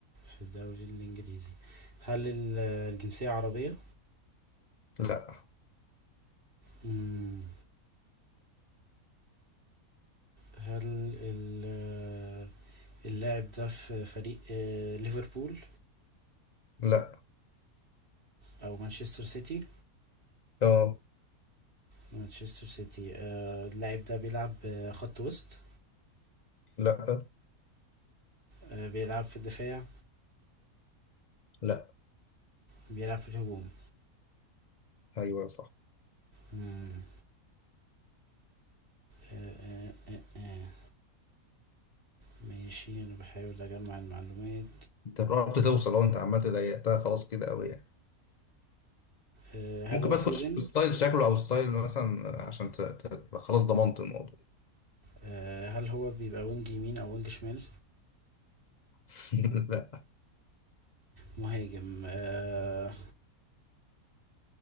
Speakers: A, on the right (about 40°); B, on the left (about 60°).
A: في الدوري الانجليزي هل ال- الجنسية عربية
B: لأ
A: مم. هل ال اللاعب ده في فريق آه، ليفربول
B: لأ
A: او مانشستر سيتي
B: أه
A: مانشستر سيتي آه، اللاعب ده بيلعب آه، خط وسط
B: لأ
A: آه، بيلعب في الدفاع
B: لأ
A: بيلعب في الهجوم
B: أيوه صح
A: مم. آه، آه، آه، آه. ماشي انا بحاول اجمع المعلومات
B: أنت قربت توصل أه أنت عمال تضيقتها خلاص كده أوي يعني
A: آه، هل
B: ممكن
A: هو
B: بقى
A: فودن
B: تخش بستايل شكله او ستايل مثلا عشان ت... ت... تبقى خلاص ضمنت الموضوع
A: آه، هل هو بيبقى وينج يمين او وينج شمال
B: <laughs> لا
A: مهاجم آه،